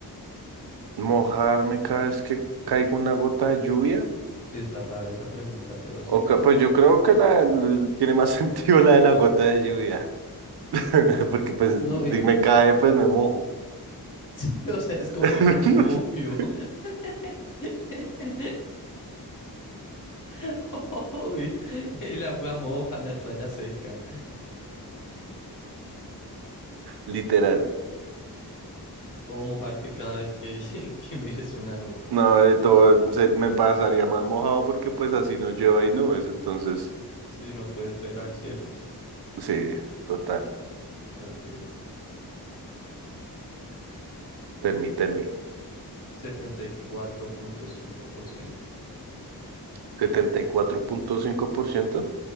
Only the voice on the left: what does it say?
Sí, está rara esa pregunta, pero así
dice.
No, y-
<laughs> sí, o sea, es como,
como obvio. <laughs> <laughs> Obvio, El agua moja la toalla seca
o mojarte cada vez que, <laughs> que mires una nube.
No-
si no puedes ver al cielo. <laughs>
Ok.
setenta y cuatro punto cinco por ciento